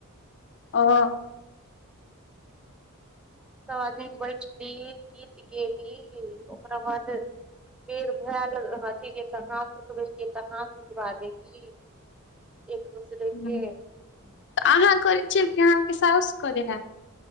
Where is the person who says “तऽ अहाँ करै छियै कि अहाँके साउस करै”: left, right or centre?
Left